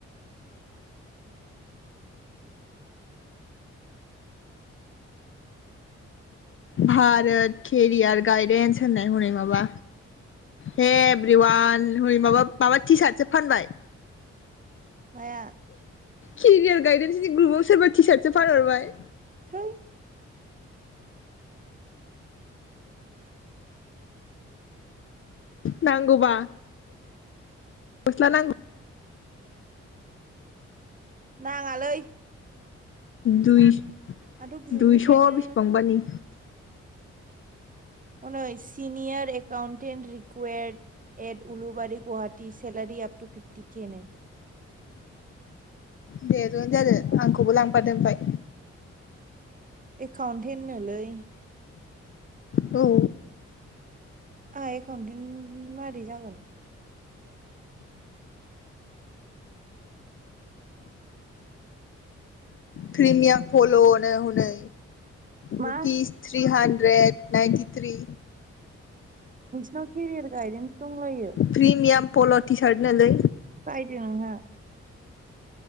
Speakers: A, on the left; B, on the right.
A: भारोत केरियार गायदेन्स होननाय हनै माबा हे एभ्रिवान हनै माबा माबा टि सार्टसो फानबाय
B: माया?
A: केरियार गायदेन्स नि ग्रुपाव सोरबा टि सार्टसो फानहरबाय
B: थै
A: नांगौबा गस्ला नां
B: नाङालै
A: दुइ
B: आंथ' ग्रुपनिफ्रायनो
A: दुइस बिसबांबानि
B: हनै सिनियोर एकाउन्टेन रिकुवेरद एथ उलुबारि गुहाटि सेलारि आप टु फिफटि केे नो
A: दे जयेन जादों आंखौबो लांफादो ओमफाय
B: एकाउन्टेन नोलै
A: औ
B: आंहा एकाउन्टेन्ट मारै जागोन
A: प्रिमियाम फल नो हनै rupees
B: मा
A: three hundred ninety three
B: नोंसिनाव केरियार गाइदेन दंलायो
A: प्रिमियाम पल' टि सार्ट नोलै
B: बायदो नोंहा